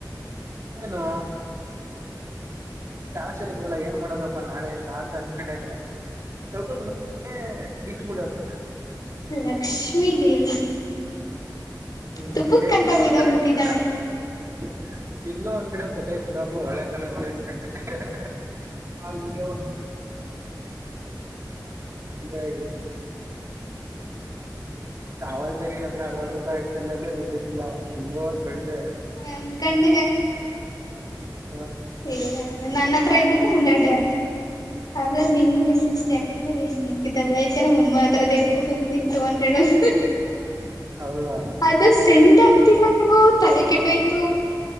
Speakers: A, on the right (about 40°); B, on the left (about 60°).
A: ಏನೋ ಕಾಸ ಇಲ್ವಲ್ಲ ಏನ್ ಮಾಡೋದಪ್ಪ ನಾಳೆಯಿಂದ ಅಂತ ಅನ್ಕೊಂಡೆ ಕನೆ ಕಡೆ ತಗದ ಬಿಟ್ಬಿಡದೆ
B: ಲಕ್ಷ್ಮೀ ದೇವಿ
A: ಹ್ಮ್
B: ತುಪ್ಪುಕ್
A: ಎಲ್ಲ
B: ಅಂತ ಬಿದೋಗ್ಬಿಟ್ಟಿದ್ದಾಳೆ
A: ಒಂದ್ ಕಡೆ ಬರ್ತಾ ಇ ಎಲ್ಲೋ ಒಂದ್ ಕಡೆ ಬತ್ತೈತ್ ಬಿಡಪ್ಪ ಒಳ್ಳೆತನಕ್ಕೆ ಅನ್ನಕೊಂಡೇ ಹ್ಹ ಹ್ಹ ಹ್ಹ ಹ್ಹ. ಅಲ್ಲೇವಲಿ. ಇವರ್ಯಾಗಿ. ಅವತ್ತು ನೀನ್ ಹತ್ರ ಅರವತ್ತು ರೂಪಾಯಿ ದುಡ್ಡಿರ್ಲಿಲ್ಲ ಹಂಗ ಸಳ್ದೆ
B: ಅನ್ಕೊಂಡೆ
A: <unintelligible>
B: ಇಲ್ಲ ನನ್ನತ್ರ ಅತ್ರಾ ಇದ್ದಿತಾ ಅನ್ಡಡಾ. ಅ್ರ ನಿಂಗೆ ಸಿಕ್ಸ್ಟಿ ಆಗ್ತದೆ ಹ ಮಿಕ್ಕಿದ್ದಲ್ಲ ಐತೆ ನ ಒಮ್ಮನ ಹತ್ರರ ದೇಬ್ಕೊಬನ್ ಟು ಹಂಡ್ರ ಅಂಥ ಹೇಳೋ ಹ್
A: ಹೌದಾ
B: <inaudible> ತಲೆ ಕೆಟ್ಟೋಯ್ತ.